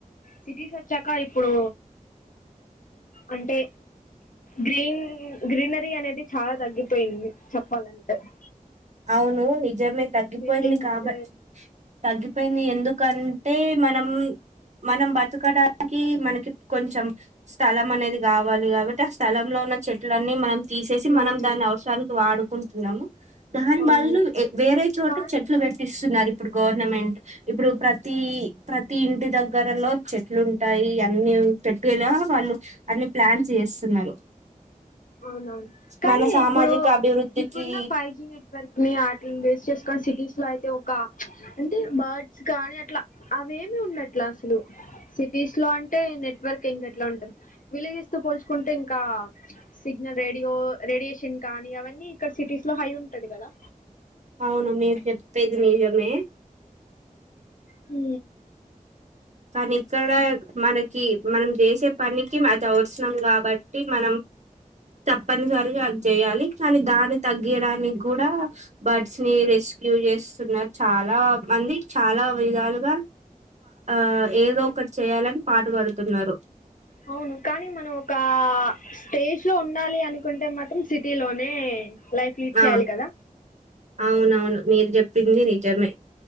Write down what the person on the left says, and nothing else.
సిటీస్ వచ్చాక ఇప్పుడు అంటే గ్రీన్ గ్రీనరీ అనేది చాలా తగ్గిపోయింది <unintelligible>
బిల్డింగ్స్
ఉమ్
అవును
కానీ
అవునవును కానీ
ఇప్పుడు
ఇప్పుడున్న ఫైవ్ జి నెట్ వర్క్ ని వాట్లని వేస్ట్ చేసుకొని సిటీస్ లో అయితే ఒక ప్చ్ అంటే బర్డ్స్ కానీ అట్లా ఏమి ఉన్నట్ల అసలు సిటీస్ లో అంటే నెట్వర్క్ ఇంకా ఎట్ల ఉంటారు విలేజెస్ తో పోల్చు కుంటే ఇంకా సిగ్నల్ రేడియో రేడియేషన్ కానీ అవన్నీ ఇక్కడ సిటీస్ లో హై ఉంటది కదా
హు
అవును కానీ మనం ఒకా స్టేజ్ లో ఉండాలి అనుకుంటే మాత్రం సిటీ లోనే లైఫ్ లీడ్ చేయాలి
కద